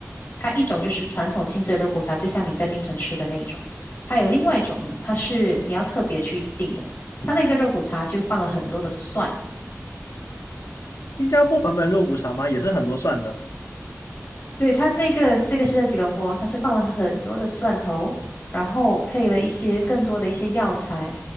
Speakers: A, on the left; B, on the left.
A: 它一种就是传统性质的肉骨茶，就像你在槟城吃的那一种。还有另外一种呢，它是你要特别去订的。它那个肉骨茶就放了很多的蒜，
B: 新加坡版本肉骨茶吗？也是很多蒜的。
A: 对，它那个这个是在吉隆坡，它是放了很多的蒜头，然后配了一些更多的一些药材。